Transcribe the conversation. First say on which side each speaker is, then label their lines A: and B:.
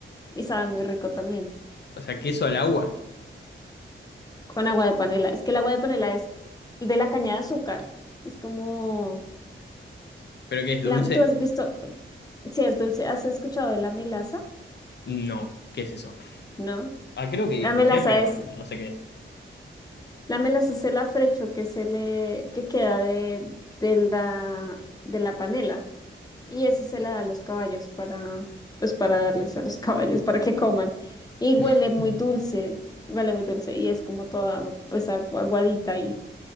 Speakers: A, on the left; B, on the left.
A: y sabe muy rico también,
B: O sea, queso al agua.
A: con agua de panela. Es que el agua de panela es de la caña de azúcar, es como,
B: ¿Pero qué es dulce?
A: la- tú has visto, si es dulce, ¿has escuchado de la melaza?
B: No. ¿Qué es eso?
A: ¿No?
B: Ah, creo que
A: La
B: escuché,
A: melaza
B: pero
A: es,
B: no sé qué es.
A: la melaza es el afrecho que se le, que queda de, de la, de la panela. y eso se la da a los caballos para, pues para darles a los <laughs> caballos para que coman. Y huele
B: <laughs>
A: muy dulce, huele muy dulce y es como toda pues agu- aguadita y,